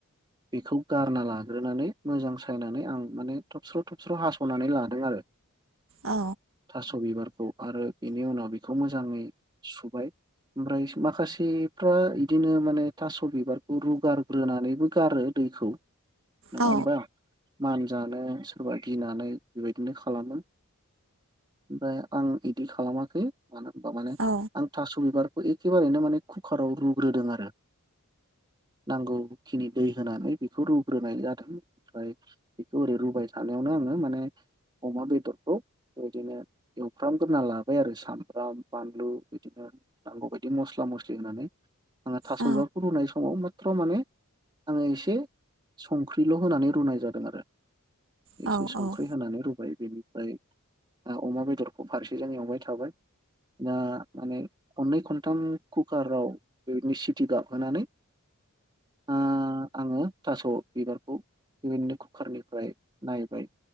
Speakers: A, on the right; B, on the right.
A: बेखौ गारना ला ग्रोनानै मोजां सायनानै आं माने थबस्र' थबस्र' हास'नानै लादों आरो।
B: औ
A: थास' बिबारखौ आरो एनि उनाव बेखौ मोजाङै सुबाय। ओमफ्राय माखासेफ्रा इदिनो माने थास' बिबारखौ रुगारग्रोनानैबो गारो। दैखौ नंङा
B: औ
A: होनबा मान जानो सोरबा गिनानै बेबायदिनो खालामो। ओमफ्राय आं इदि खालामाखै मानो होनबा माने
B: औ
A: आं थास' बिबार एखेबारैनो माने कुकाराव रुग्रोदों आरो नांगौ खिनि दै होनानै बेखौ रु रुनाय जादों ओमफ्राय बेखौ ओरै रुबाय थानायावनो आङो माने अमा बेदरखौ बेबायदिनो एवफ्रामग्रोना लाबाय आरो सामब्राम बानलु बिदिनो नांगौ बायदि मस्ला मस्लि होननानै आङो थास'
B: औ
A: बिबारखौ रुनाय समाव माथ्र माने आङो एसे संख्रिल' होनानै रुनाय जादों आरो एसे
B: औ औ
A: संख्रि
B: औ
A: होनानै रुबाय बेनि ओमफ्राय ना अमा बेदरखौ फारसेजों एवबाय थाबाय। दा माने खननै खन थाम कुकाराव बेबादिनो सिटि गाबहोनानै आ आङो थास' बिबारखौ बिबादिनो कुकारनिफ्राय नायबाय।